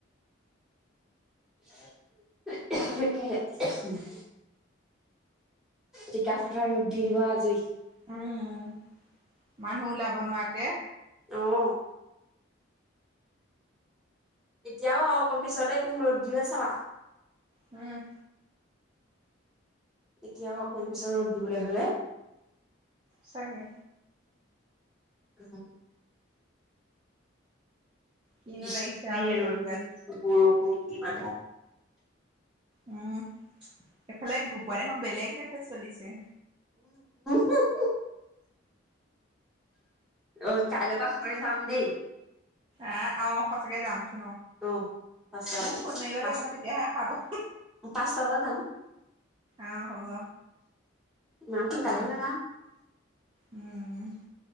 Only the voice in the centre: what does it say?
<unintelligible> টিকা ফটা ৰদ দি দিব আজি।
অহ, এতিয়াও অকণ পিছতে কিম ৰদ দিৱে চাবা।
এতিয়াও অকণ পিছত ৰ'দ দিবলৈ হলে।
উম,
বৃষ্টি
খায়ে
ৰ'দ
দি বৰষুম কি মানে?
হা হা। অই কালেপৰা সচাকে যাম দেই
অ পাঁচটা
পাঁচ
পাঁচটা বজাত যাম
ইমান সোনকালে
নাযাওঁ